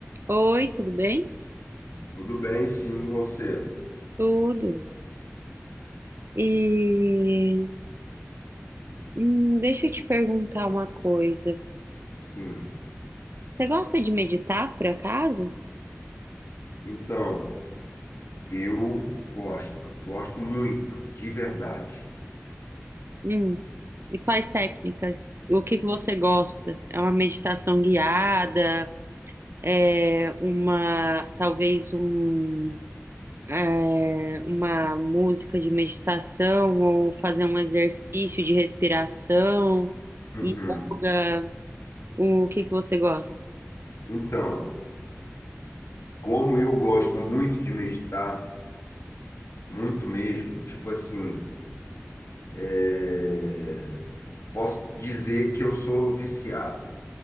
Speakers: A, on the right; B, on the left.
A: Oi, tudo bem?
B: Tudo bem, sim, você.
A: Tudo. E hum, deixa eu te perguntar uma coisa.
B: Sim.
A: Você gosta de meditar, por acaso?
B: Então, eu gosto, gosto muito, de verdade.
A: Hum. E quais técnicas? O que que você gosta? É uma meditação guiada? É uma, talvez um, é, uma música de meditação ou fazer um exercício de respiração,
B: Uhum.
A: yoga? O que que você gosta?
B: Então, como eu gosto muito de meditar, muito mesmo, tipo assim, é, posso dizer que eu sou viciado.